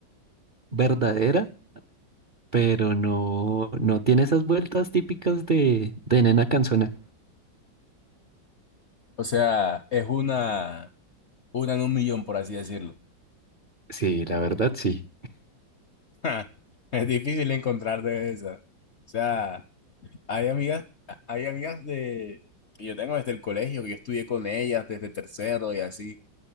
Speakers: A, on the right; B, on the left.
A: verdadera, pero no, no tiene esas vueltas típicas de, de nena canzona.
B: O sea, es una, una en un millón, por así decirlo.
A: Sí, la verdad sí.
B: <laughs> Es difícil encontrar de esa. O sea, hay amigas, hay amigas de que yo tengo desde el colegio, que yo estudié con ellas desde tercero y así,